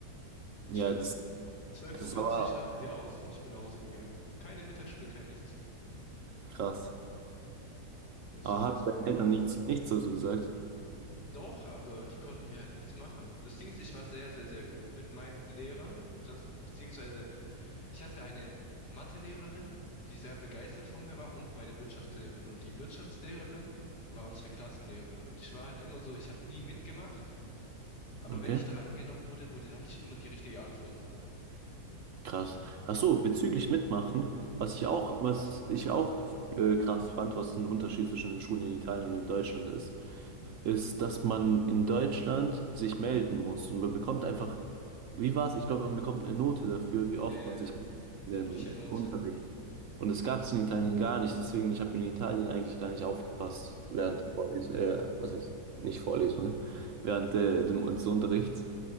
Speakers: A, on the right (about 65°); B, on the left (about 85°).
A: Ja,
B: Schön,
A: das,
B: 12.40
A: das
B: Uhr vierzig
A: war
B: hatten wir aus und ich bin nach Hause gegangen. Keine Mittagsschule, kein nichts.
A: krass.
B: Das
A: Aber
B: war
A: hat
B: respektlos.
A: deinen Eltern nichts, nichts dazu gesagt?
B: Doch, aber die konnten mir halt nichts machen. Das Ding ist, ich war sehr, sehr, sehr gut mit meinen Lehrern, sonst- beziehungsweise ich hatte eine Mathelehrerin, die sehr begeistert von mir war und meine Wirtschaftslehrerin. Und die Wirtschaftslehrerin war unsere Klassenlehrerin. Und ich war halt immer so, ich habe nie mitgemacht, aber
A: Okay.
B: wenn ich drangenommen wurde, wurde, hatte ich immer die richtige Antwort.
A: Krass. Ach so, bezüglich Mitmachen, was ich auch, was ich auch äh, krass fand, was ein Unterschied zwischen den Schulen in Italien und in Deutschland ist, ist, dass man in Deutschland sich melden muss und man bekommt einfach, wie war's? Ich glaube, man bekommt eine Note dafür, wie oft
B: Ja, ja,
A: man sich
B: mündliche
A: im, im
B: Note.
A: Unterricht und das gab es in Italien gar nicht, deswegen ich habe in Italien eigentlich gar nicht aufgepasst während der Vorlesung, äh, was heißt nicht Vorlesungen, während äh, dem, des Unterrichts.